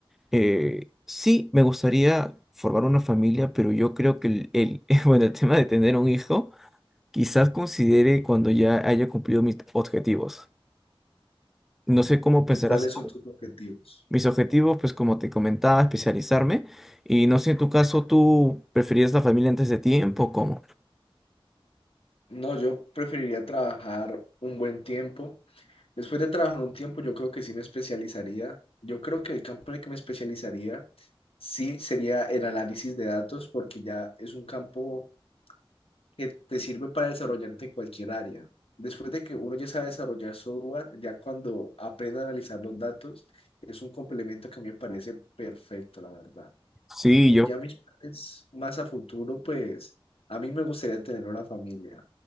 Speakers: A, in the centre; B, on the left.
A: Eh, sí, me gustaría formar una familia, pero yo creo que el, el- <laughs> bueno, el tema de tener un hijo, quizás considere cuando ya haya cumplido mis objetivos. No sé cómo pensarás
B: ¿Y cuáles
A: tú.
B: son tus objetivos?
A: Mis objetivos, pues como te comentaba, especializarme. Y no sé en tu caso, ¿tú preferías la familia antes de tiempo? ¿Cómo?
B: No, yo preferiría trabajar un buen tiempo. Después de trabajar un tiempo, yo creo que sí me especializaría. Yo creo que el campo en el que me especializaría sí sería en análisis de datos, porque ya es un campo que te sirven para desarrollarte en cualquier área. Después de que uno ya sabe desarrollar software, ya cuando aprenda a analizar los datos, es un complemento que a mí me parece perfecto, la verdad.
A: Sí,
B: Y
A: yo
B: ya mis planes más a futuro, pues a mí me gustaría tener una familia,